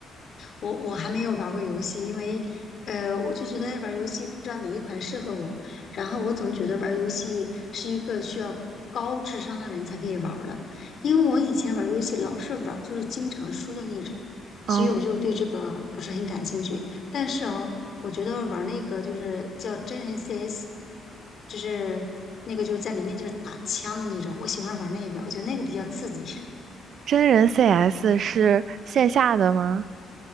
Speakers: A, on the left; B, on the right.
A: 我我还没有玩过游戏，因为呃，我就觉得玩游戏不知道哪一款适合我，然后我总觉得玩游戏是一个需要高智商的人才可以玩儿的，因为我以前玩游戏老是玩儿就是经常输的那种，
B: 哦，
A: 所以我就对这个不是很感兴趣。但是哦，我觉得玩那个就是叫真人 CS，就是那个就是在里面就是打枪的那种，我喜欢玩那个，我觉得那个比较刺激。
B: 真人 CS 是线下的吗？